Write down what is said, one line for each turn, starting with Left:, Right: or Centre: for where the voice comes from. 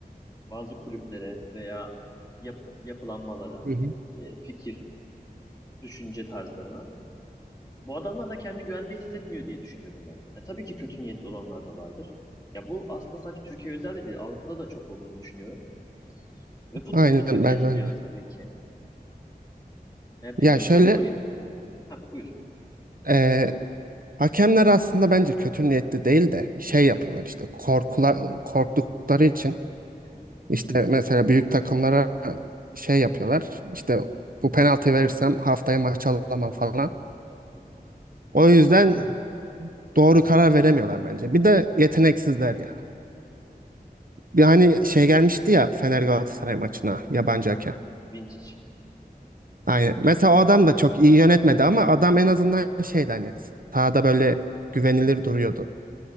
Left: bazı kulüplere veya yap- yapılanmalara,
Right: Hı hı.
Left: e, fikir, düşünce tarzlarına bu adamlar da kendi güvende hissetmiyor diye düşünüyorum ben. Ya, tabii ki kötü niyetli olanlar da vardır. Ya bu aslında sadece Türkiye özel de değil, Avrupa'da da çok olduğunu düşünüyorum. Ve futbolda
Right: Aynen
Left: kötü
Right: ben ben
Left: etkiliyor
Right: de.
Left: tabii ki. E, peki
Right: Ya şöyle
Left: şeyi sorayım. Ha, buyur.
Right: eee, hakemler aslında bence kötü niyetli değil de şey yapıyorlar
Left: Hı hı,
Right: işte korkular korktukları için
Left: hı hı,
Right: İşte mesela büyük takımlara şey yapıyorlar. İşte bu penaltı verirsem haftaya maç alamam falan.
Left: hı hı,
Right: O yüzden doğru karar veremiyorlar bence. Bir de yeteneksizler ya. Bir hani şey gelmişti ya Fener Galatasaray maçına yabancı
Left: hı hı.
Right: hakem.
Left: Vintage.
Right: Aynen. Mesela o adam da çok iyi yönetmedi ama adam en azından
Left: Hı hı,
Right: şeydi hani sahada böyle güvenilir duruyordu.